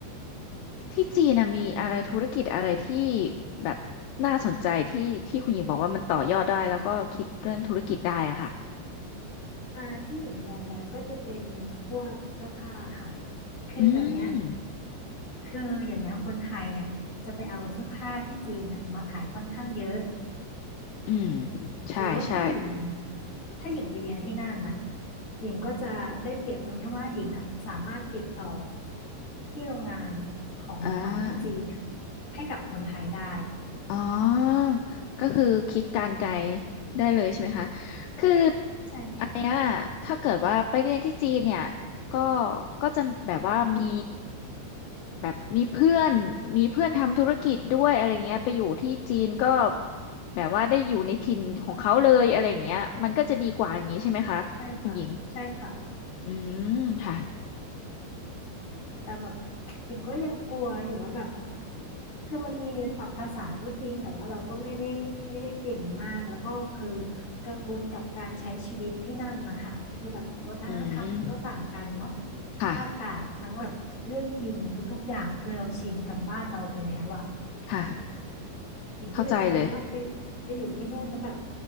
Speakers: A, on the left (about 80°); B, on the left (about 40°).
A: ที่จีนนะมีอะไรธุรกิจอะไรที่แบบน่าสนใจที่ที่คุณหญิงบอกว่ามันต่อยอดได้แล้วก็คิดเรื่องธุรกิจได้อะค่ะ
B: อ่าที่หญิงมองไว้ก็จะเป็นพวกเสื้อผ้าค่ะคือแบบเนี้ย
A: อืม
B: คืออย่างเนี้ยคนไทยเนี่ยจะไปเอาเสื้อผ้าที่จีนน่ะมาขายค่อนข้างเยอะ
A: อืมใช่
B: แล้วถ้าหญิง
A: ใช่
B: ถ้าหญิงไปเรียนที่นั่นน่ะหญิงก็จะได้เปรียบตรงที่ว่าหญิงอ่ะสามารถติดต่อที่โรงงานของฝั่งที่จีนอะ
A: อ่า
B: ให้กับคนไทยได้
A: อ๋อก็คือคิดการไกลได้เลยใช่ไหมคะคือ
B: ใช่ค่ะ
A: อันเนี้ยถ้าเกิดว่าไปเรียนที่จีนเนี่ยก็ก็จะแบบว่ามี แบบมีเพื่อน มีเพื่อนทำธุรกิจด้วยอะไรเงี้ย ไปอยู่ที่จีนก็ แบบว่าได้อยู่ในถิ่นของเขาเลยอะไรเงี้ยมันก็จะดีกว่าอย่างนี้ใช่ไหมคะคุณหญิง
B: ใช่ค่ะใช่ค่ะ
A: อืมค่ะ
B: แต่แบบหญิงก็ยังกลัวอยู่ว่าแบบคือมันมีเรียนปรับภาษาก็จริงแต่ว่าเราก็ไม่ได้ไม่ได้เก่งมากแล้วก็คือกังวลกับการใช้ชีวิตที่นั่นนะคะคือแบบวัฒนธรรมมันก็ต่างกันเนาะ
A: อืม
B: ทั้งอากาศทั้งแบบเรื่องกินทุกๆอย่างคือเราชินกับบ้านเราไปแล้วอ่ะ
A: ค่ะค่ะ
B: หญิงก็เลยกังวลว่าไป
A: เข้าใจเลย
B: ไปอยู่ที่นู่นแล้วแบบ